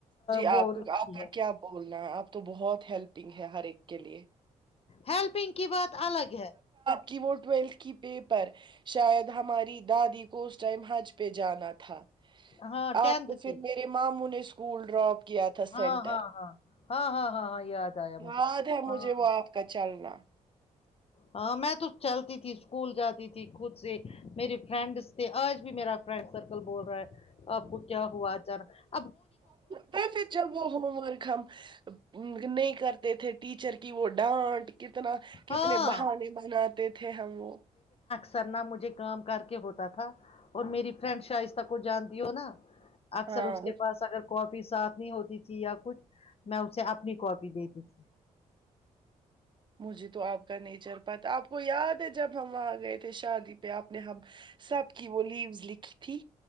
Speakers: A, on the right; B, on the left.
A: جی
B: وہ
A: آپ کو
B: لکھی
A: آپ کا
B: ہے
A: کیا بولنا ہے آپ تو بہت ہیلپنگ ہے ہر ایک کے لیے
B: ہیلپنگ کی بات الگ ہے
A: کہ وہ ٹویلتھ کی پیپر شاید ہماری دادی کو اس ٹائم حج پہ جانا تھا
B: ہاں ٹینتھ
A: آپ کو پھر
B: کی
A: میرے ماموں نے اس کوول ڈراپ کیا تھا
B: ہاں
A: سینٹر
B: ہاں ہاں ہاں ہاں ہاں ہاں یاد آیا
A: یاد
B: مجھے
A: ہے مجھے
B: ہاں
A: وہ آپ کا چلنا
B: ہاں میں تو چلتی تھی اسکول جاتی تھی خود سے میرے فرینڈس تھے آج بھی میرا فرینڈ سرکل بول رہا ہے آپ کو کیا ہوا اان
A: پھر چل وہ ہوم ورک ہم نہیں کرتے تھے ٹیچر کی وہ ڈانٹ کتنا کتنے
B: ہاں
A: بہانے بناتے تھے ہم وہوگ
B: سرنا مجھے کام کر کے ہوتا تھا اور میری فرینڈ شائستہ کو جانتی ہو نا اکثر
A: ہاں
B: اس کے پاس اگر کاپی ساتھ نہیں ہوتی تھی یا کچھ میں اسے اپنی کاپی دیتی تھی
A: مجھے تو آپ کا نہیں چل پاتا آپ کو یاد ہے جب ہم وہاں گئے تھے شادی پہ آپ نے ہم سب کی وہ لیمز لکھی تھی